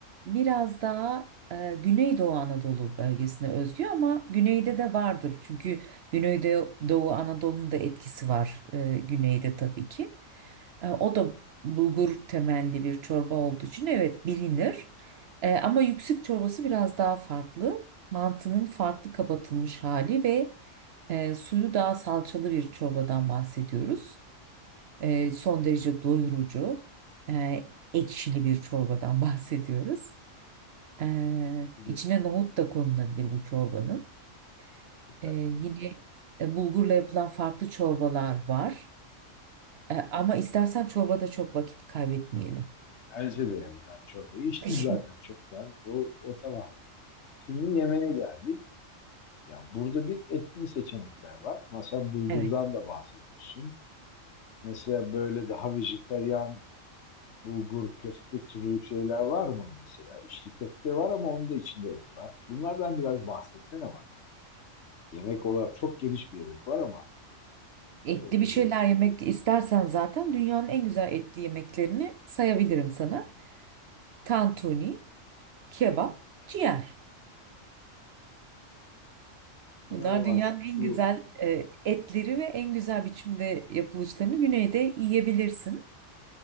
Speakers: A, on the right; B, on the left.
A: biraz daha e, Güneydoğu Anadolu bölgesine özgü ama güneyde de vardır. Çünkü Güneydoğu Anadolu'nun da etkisi var e, güneyde tabii ki. E, o da bulgur temelli bir çorba olduğu için evet bilinir. E, ama yüksük çorbası biraz daha farklı. Mantının farklı kapatılmış hali ve e, suyu daha salçalı bir çorbadan bahsediyoruz. E, son derece doyurucu, e, ekşili bir çorbadan <laughs> bahsediyoruz. E,
B: Bir
A: içine
B: de-
A: nohut da konulabilir bu çorbanın.
B: Süper.
A: E, yine e, bulgurla yapılan farklı çorbalar var. E, ama istersen çorbada çok vakit kaybetmeyelim.
B: Bence de yani ben çorbayı içtim
A: <laughs>
B: zaten çoktan. O, o tamam. Şimdi yemeğe geldik. Ya burada bir etli seçenekler var. Mesela bulgurdan
A: Evet.
B: da bahsediyorsun. Mesela böyle daha vejetaryen bulgur köfte türü şeyler var mı mesela? İçli köfte var ama onun da içinde et var. Bunlardan biraz bahsetsene bana. Yemek olarak çok geniş bir yemek var ama
A: Etli
B: e, özellikle
A: bir şeyler yemek istersen zaten dünyanın en güzel etli yemeklerini sayabilirim sana. Tantuni, kebap, ciğer.
B: inanılmaz.
A: Bunlar dünyanın en
B: Bu,
A: güzel e, etleri ve en güzel biçimde yapılışlarını güneyde yiyebilirsin.